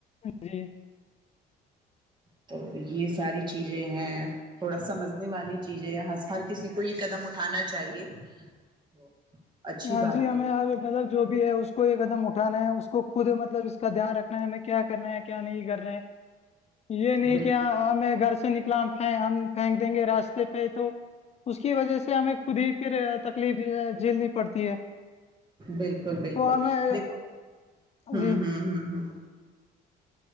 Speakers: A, on the left; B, on the right.
A: جی
B: تو یہ ساری چیزیں ہیں تھوڑا سمجھنے والی چیزیں ہر کسی کو یہ قدم اٹھانا چاہیے تو اچھی
A: ہاں
B: بات
A: جی ہمیں
B: ہے
A: مطلب جو بھی ہے اس کو یہ قدم اٹھانا ہے کو خود مطلب اس کا دھیان رکھنا ہے ہمیں کیا کرنا ہیں کیا نہیں کرنا ہیں یہ نہیں
B: بالکل
A: کہ ہمیں گھر سے نکلا ہم پھینک دیں گے راستے پہ تو اس کی وجہ سے ہمیں خود ہی پھر تکلیف جھیلنی پڑتی ہے
B: بالکل بالکل
A: تو ہمیں
B: دیکھو ہاں
A: جی
B: ہاں ہاں ہ